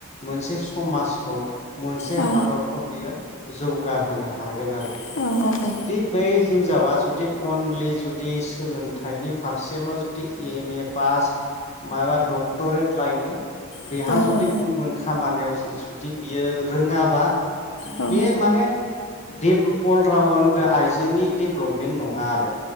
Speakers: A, on the left; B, on the left.
A: मोनसे समाजखौ मोनसे
B: औ
A: हादरखौ बियो जौगाहोनो हागोन आरो
B: औ
A: जुदि बै हिनजावा जुदि अनलि जुदि सोलोंथाइनि फारसेल' जुदि एम ए पास माबा डक्टरेट लायनो
B: औ
A: बेहा
B: औ
A: जुदि गुबुन खामानियाव जु-जुदि बियो रोङाबा
B: औ औ
A: बे माने बे अलराउन्ड आइजोनि डेभेलपमेन्ट नङा आरो